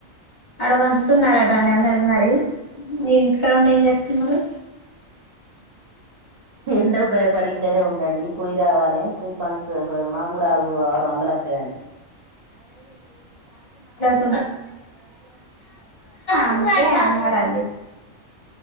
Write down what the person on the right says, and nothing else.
ఎండకు భయపడిఇట్లనే ఉండండి పోయి రావాలే యి ప చూ ఊ మాకు గూడ అరు ఆరు వందలత్తయండీ